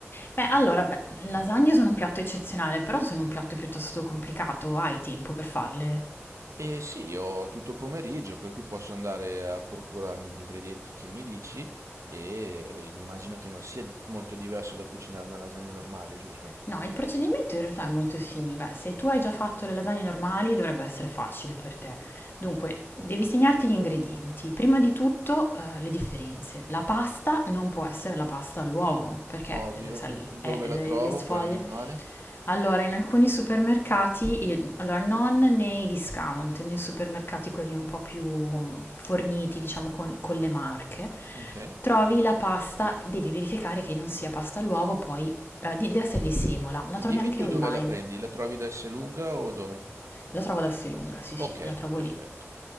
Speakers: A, on the left (about 50°); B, on the right (about 80°).
A: Beh, allora, beh, lasagne sono un piatto eccezionale, però sono un piatto piuttosto complicato, hai tempo per farle?
B: E sì, ho tutto pomeriggio, per cui posso andare a procurarmi gli ingredienti che mi dici e immagino che non sia molto diverso da cucinare una lasagna normale, giusto?
A: No, il procedimento in realtà è molto simile. Beh, se tu hai già fatto le lasagne normali, dovrebbe essere facile per te. Dunque, devi segnarti gli ingredienti. Prima di tutto, eh, le differenze. La pasta non può essere la pasta all'uovo, perché
B: Ovvio.
A: eh, lo sai,
B: Dove
A: eh, le,
B: la trovo?
A: le sfoglie.
B: Quella normale?
A: Allora, in alcuni supermercati, eh, allora non nei discount, nei supermercati quelli un po' più mm, forniti, diciamo, con, con le marche,
B: Ok.
A: trovi la pasta, devi verificare che non sia pasta all'uovo, poi eh, di, deve essere di Simola, la
B: Dimmi
A: trovi anche
B: tu
A: online,
B: dove la prendi, la trovi da Esselunga o dove?
A: la trovo ad Assilunga, sì
B: Ok,
A: sì, la trovo
B: perfetto.
A: lì.